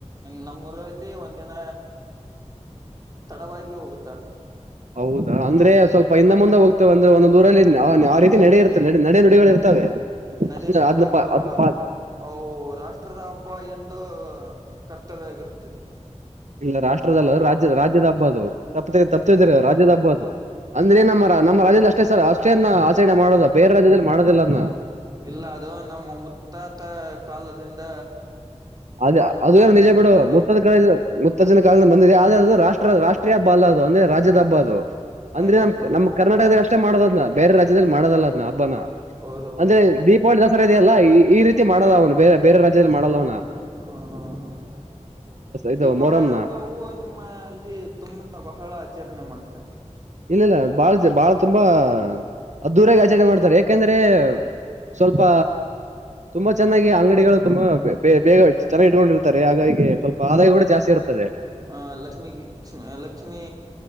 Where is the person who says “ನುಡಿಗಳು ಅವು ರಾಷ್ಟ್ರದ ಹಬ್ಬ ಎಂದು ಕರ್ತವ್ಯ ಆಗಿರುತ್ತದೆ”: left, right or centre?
Right